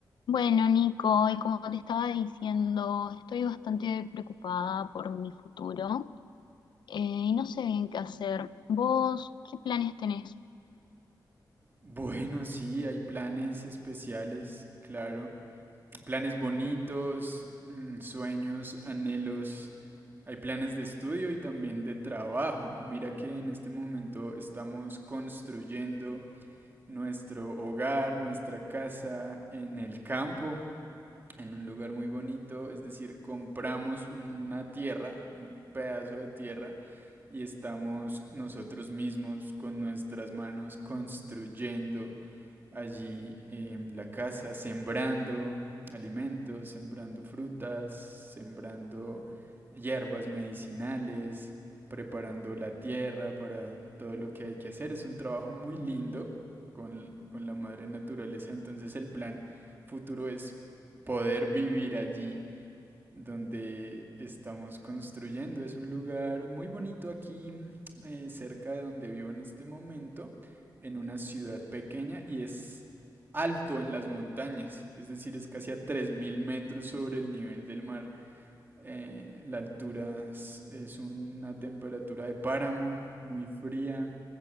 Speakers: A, on the left; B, on the right.
A: Bueno, Nico, y como te estaba diciendo, estoy bastante preocupada por mi futuro eh, y no sé bien qué hacer. ¿Vos qué planes tenés?
B: Bueno, sí, hay planes especiales, claro. Planes bonitos, mm, sueños, anhelos. Hay planes de estudio y también de trabajo. Mira que en este momento estamos construyendo nuestro hogar, nuestra casa en el campo, en un lugar muy bonito. Es decir, compramos una tierra, un pedazo de tierra, y estamos nosotros mismos con nuestras manos construyendo allí en la casa sembrando alimentos, sembrando frutas, sembrando hierbas medicinales, preparando la tierra para todo lo que hay que hacer. Es un trabajo muy lindo con, con la madre naturaleza, entonces el plan futuro es poder vivir allí donde estamos construyendo. Es un lugar muy bonito aquí, eh, cerca de donde vivo en este momento, en una ciudad pequeña y es alto en las montañas, es decir, es casi a 3.000 metros sobre el nivel del mar. Eh, la altura es, es una temperatura de páramo muy fría